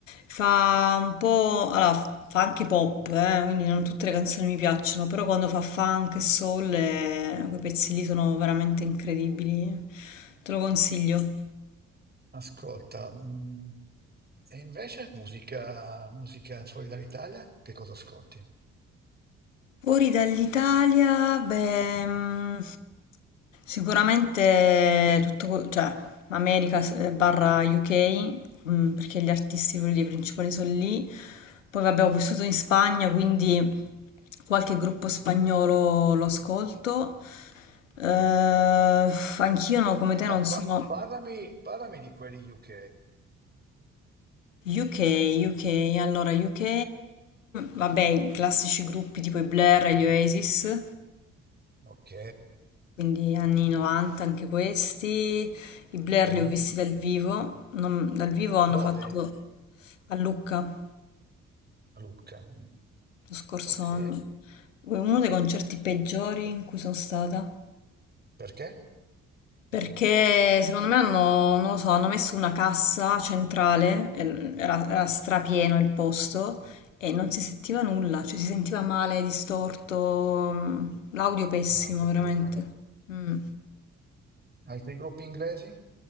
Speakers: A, on the left; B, on the right.
A: fa un po'... allora, fa anche pop, eh, quindi non tutte le canzoni mi piacciono, però quando fa funk e soul, eh, quei pezzi lì sono veramente incredibili, te lo consiglio.
B: Ascolta, mm, e invece musica, musica fuori dall'Italia? Che cosa ascolti?
A: Fuori dall'Italia, beh, mm, sicuramente tutto, que- cioè, America eh, barra UK, mm, perché gli artisti quelli principali sono lì. Poi vabbè, ho vissuto in Spagna, quindi qualche gruppo spagnolo lo ascolto. Eh, anch'io no, come te non
B: No,
A: sono
B: pa- parlami, parlami di quelli UK.
A: UK, UK, allora UK, vabbè, i classici gruppi tipo i Blur e gli Oasis.
B: Ok,
A: Quindi anni 90 anche questi, i Blair
B: sì.
A: li ho visti dal vivo, non- dal vivo hanno
B: Dove?
A: fatto a Lucca
B: A Lucca.
A: lo scorso
B: Ok,
A: anno, uno dei concerti peggiori in cui sono stata,
B: perché?
A: perché secondo me hanno, non lo so, hanno messo una cassa centrale, e era, era strapieno il posto e non si sentiva nulla, cioè si sentiva male, distorto, mm, l'audio pessimo
B: Non ho capito.
A: veramente. Mm.
B: Altri gruppi inglesi?